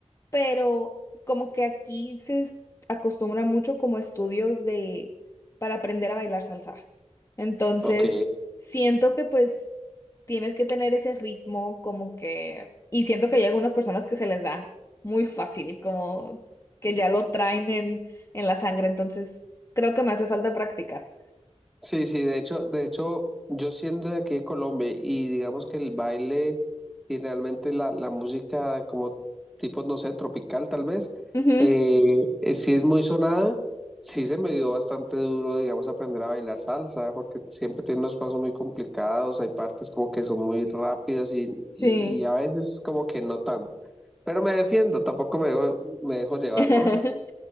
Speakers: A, on the left; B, in the centre.
A: pero como que aquí se es- acostumbra mucho como estudios de, para aprender a bailar salsa. Entonces,
B: Ok.
A: siento que pues tienes que tener ese ritmo como que, y siento que hay algunas personas que se les da muy fácil, como que ya lo traen en, en la sangre, entonces creo que me hace falta práctica.
B: Sí, sí, de hecho, de hecho, yo siendo de aquí de Colombia y digamos que el baile y realmente la, la música como tipo, no sé, tropical tal vez,
A: Ujú,
B: eh, eh, sí es muy sonada, sí se me dio bastante duro, digamos, aprender a bailar salsa, porque siempre tiene unos pasos muy complicados, hay partes como que son muy rápidas y,
A: Sí.
B: y, y a veces como que no tan, pero me defiendo, tampoco me dejo, me dejo llevar,
A: <laughs> Te
B: ¿no?